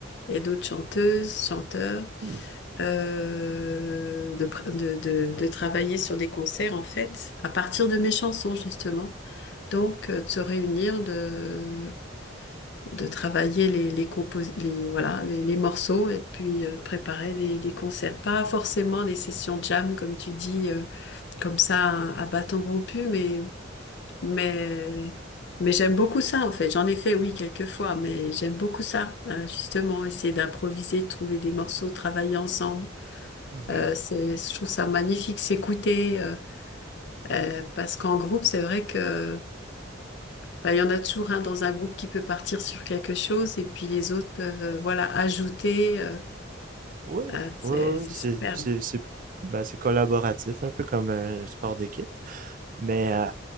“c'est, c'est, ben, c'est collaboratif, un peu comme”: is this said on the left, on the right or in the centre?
Right